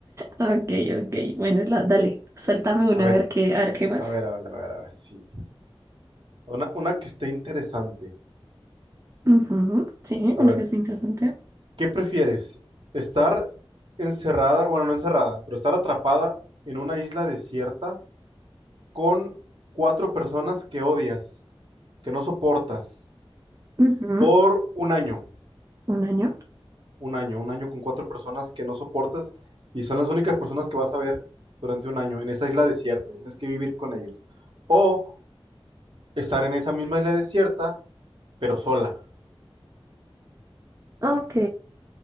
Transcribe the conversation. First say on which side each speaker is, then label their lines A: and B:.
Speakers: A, on the right; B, on the right.
A: Ok, ok, bueno, la- dale, suéltame una
B: A ver,
A: a ver qué, a ver qué pasa.
B: a ver, a ver, a ver, a ver, sí. Una, una que esté interesante.
A: Ujú, Sí,
B: A
A: una
B: ver,
A: que sea interesante.
B: ¿qué prefieres? ¿Estar encerrada, bueno, no encerrada, pero estar atrapada en una isla desierta con cuatro personas que odias, que no soportas,
A: Ujú,
B: por un año?
A: Un año.
B: un año, un año con cuatro personas que no soportas y son las únicas personas que vas a ver durante un año en esa isla desierta y tienes que vivir con ellos. O estar en esa misma isla desierta, pero sola.
A: Ok,